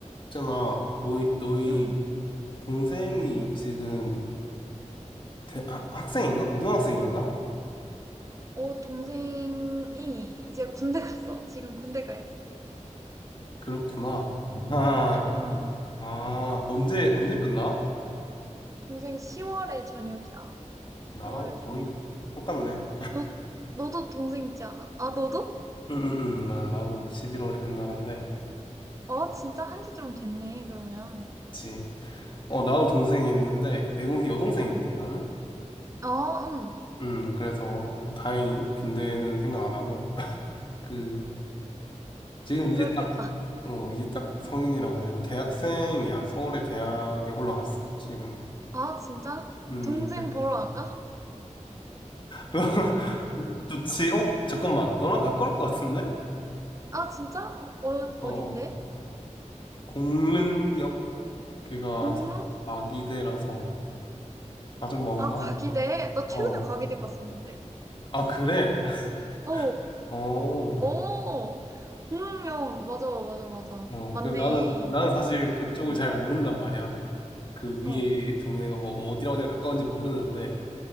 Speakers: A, on the left; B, on the right.
A: 있잖아, 너희, 너희
B: 응.
A: 동생이 지금 대, 하, 학생인가? 고등학생이었나?
B: 어, 동생이 이제 군대 갔어. 지금 군대 가 있어.
A: 그렇구나. 아,
B: 응.
A: 아, 언제, 언제 끝나?
B: 동생 10월에 저녁이야.
A: 나랑
B: 10월에 저녁.
A: 거의 똑같네.
B: 너, 너도 동생 있지 않아? 아, 너도?
A: 응, 응, 응, 맞아. 나도 11월에 끝나는데.
B: 어, 진짜 한지 좀 됐네, 그러면.
A: 그치. 어, 나도 동생이 있는데, 내 동생 여동생이거든,
B: 응.
A: 나는?
B: 아, 응.
A: 응, 그래서 뭐 다행히 군대는 생각 안 하고. <laughs> 그, 지금 이제
B: 부럽겠다.
A: 딱, 어, 이제 딱 성인이라 가지고 대학생이야. 서울의 대학에 올라갔어, 지금.
B: 아, 진짜?
A: 음,
B: 동생
A: 네.
B: 보러 안 가?
A: <laughs> 좋지. 어, 잠깐만. 너랑 가까울 것 같은데?
B: 아, 진짜? 어,
A: 어,
B: 어딘데?
A: 공릉역 걔가
B: 공릉?
A: 마기대라서 아주 먼가?
B: 아, 과기대. 나 최근에
A: 어.
B: 과기대 갔었는데.
A: 아, 그래? <laughs>
B: 어,
A: 어.
B: 어. 공릉역. 맞아, 맞아, 맞아.
A: 어.
B: 맞네.
A: 그 나는 나는 사실 그쪽을
B: 응.
A: 잘 모른단 말이야. 그 위에
B: 어.
A: 동네가 뭐 어디랑 어디랑 가까운지 모르는데